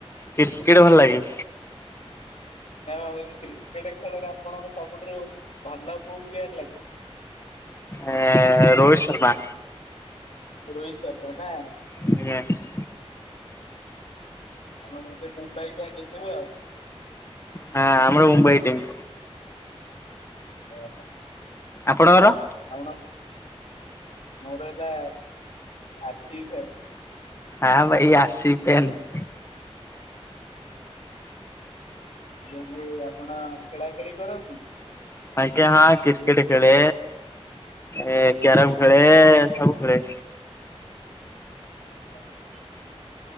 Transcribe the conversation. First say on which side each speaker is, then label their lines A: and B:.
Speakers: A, on the left; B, on the left.
A: <unintelligible> ଭଲ ଲାଗେ।
B: ନା ବା କ୍ରିକେଟ ଖେଳରେ ଆପଣଙ୍କୁ ସବୁଠୁରୁ ଭଲ କୋଉ ପ୍ଲେୟାର ଲାଗେ?
A: ଆ ରୋହିତ ଶର୍ମା।
B: ରୋହିତ ଶର୍ମା ନା।
A: ଆଜ୍ଞା।
B: ଆମର ନହେଲେ ଦୁବାଇ ଟା ଜିତିବ।
A: ହଁ ଆମର ମୁମ୍ବାଇ ଟିମ୍।
B: ଓ ହୋ।
A: ଆପଣଙ୍କର?
B: ଆଉ କଣ, ମୋର ବା ଆର୍ ସି ବି <unintelligible>
A: ହଁ ଭାଇ ଆର୍ ସି ବି ଫ୍ୟାନ।
B: ହେଲେ ଆପଣ ଖେଳା ଖେଳି କରନ୍ତି?
A: ଆଜ୍ଞା ହଁ କ୍ରିକେଟ ଖେଳେ। ଏ କ୍ୟାରମ୍ ଖେଳେ ସବୁ ଖେଳେ।
B: ବାସ୍।